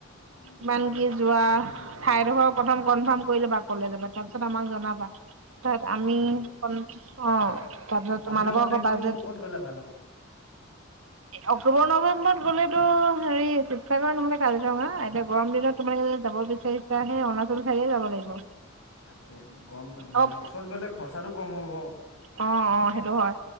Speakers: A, on the left; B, on the right.
A: অ গোটেইখিনিয়ে
B: ইমান কি
A: পাতি
B: যোৱা
A: মেলি মিলাই
B: ঠাইডোখৰ
A: ল'ব লাগিব
B: প্ৰথম কনফাৰ্ম কৰি ল'বা, ক'লেজাবা তাৰপিছত আমাক জনাবা তাৰপিত
A: অ
B: আমি
A: ঠাই
B: অ' তাৰপিছত তোমালোকৰ
A: আপোনাৰ মতে
B: আকৌ বাজেট
A: কোন ক'ত গলে ভাল হ'ব?
B: অক্টোবৰ নৱেম্বৰত গ'লেতো হেৰি শিৱসাগৰ নহ'লে কাজিৰঙা গৰম দিলনত তোমালোকে য যাব বিচাৰিছা সেই অৰুণাচল চাইডে যাব লাগিব।
A: তাকে গম
B: অ',
A: ওচৰত গলে খৰচাটো কম হ'ব,
B: অ অ সেইটো হয়